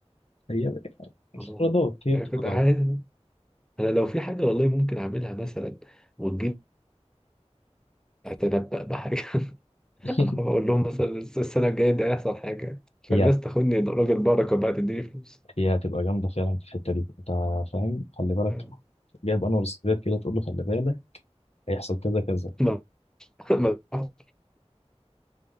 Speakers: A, on the left (about 65°); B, in the centre.
A: هي
B: والله
A: افتراضات هي
B: يعني
A: افتراضات
B: كنت عايز انا لو في حاجه والله ممكن اعملها مثلا وتجيب هتنبأ بحاجة <laughs>
A: <laughs>
B: أنا بقول لهم مثلا السنة الجاية دي هيحصل حاجة
A: هي
B: فالناس تاخدني راجل بركة بقى تديني فلوس
A: هي هتبقى جامده فعلا في الحته دي انت فاهم خلي بالك
B: <laughs>
A: جايب انور السادات كده تقول له خلي بالك هيحصل كذا كذا
B: ما ما ما-